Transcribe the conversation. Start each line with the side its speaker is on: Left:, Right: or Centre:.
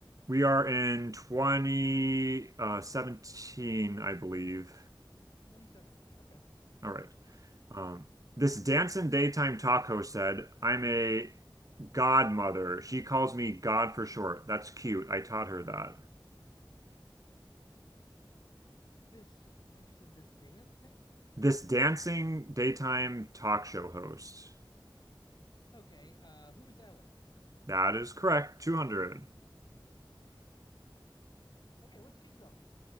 Right: We are in 2017, I believe.
Left: 2017. Okay.
Right: All right. Um, this dancing daytime talk host said, I'm a godmother. She calls me God for short. That's cute. I taught her that.
Left: This, did you say this dancing?
Right: This dancing daytime talk show host.
Left: Okay. Uh, who is Ellen?
Right: That is correct. 200.
Left: Okay, let's keep going